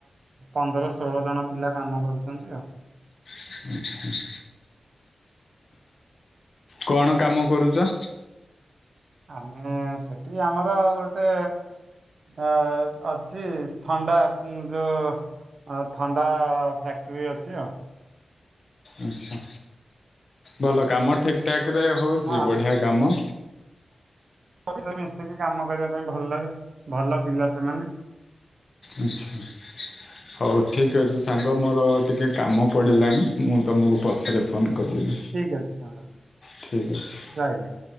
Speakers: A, on the right; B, on the left.
A: ପନ୍ଦର ଷୋହଳ ଜଣ ପିଲା କାମ କରୁଚନ୍ତି ଆଉ।
B: ଆଛା କଣ କାମ କରୁଚ?
A: ଆମେ ସେଠି ଆମର ଗୋଟେ ଆ ଅଛି ଥଣ୍ଡା ଯୋଉ ଅ ଥଣ୍ଡା ଫ୍ୟାକ୍ଟ୍ରି ଅଛି ଆଉ।
B: ଆଚ୍ଛା ଭଲ କାମ ଠିକ୍ ଠାକ୍ ରେ ହଉଚି
A: ହଁ
B: ବଢ଼ିଆ କାମ।
A: ମତେ ତ ମିଶିକି କାମ କରିବାପାଇଁ ଭଲ ଲାଗେ ଭଲ ପିଲା ସେମାନେ।
B: ଆଚ୍ଛା। ହଉ ଠିକ୍ ଅଛି ସାଙ୍ଗ ମୋର ଟିକେ କାମ ପଡ଼ିଲାଣି ମୁଁ ତମକୁ ପଛରେ ଫୋନ୍ କରିବି।
A: ଠିକ ଅଛି ସାଙ୍ଗ
B: ଠିକ୍ ଅଛି
A: ରହିଲି।